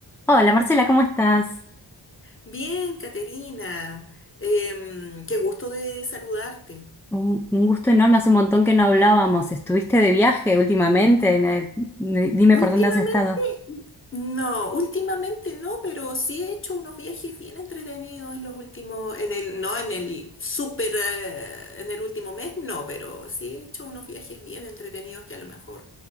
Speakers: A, in the centre; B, on the left.
A: Hola Marcela, ¿cómo estás?
B: Bien, Caterina, em, qué gusto de saludarte.
A: Un, un gusto enorme, hace un montón que no hablábamos. ¿Estuviste de viaje últimamente? Me- me- dime
B: Últimamente,
A: por dónde has estado.
B: no, últimamente no, pero sí he hecho unos viajes bien entretenidos en los últimos, en el, no en el súper, eh, en el último mes, no, pero sí he hecho unos viajes bien entretenidos que a lo mejor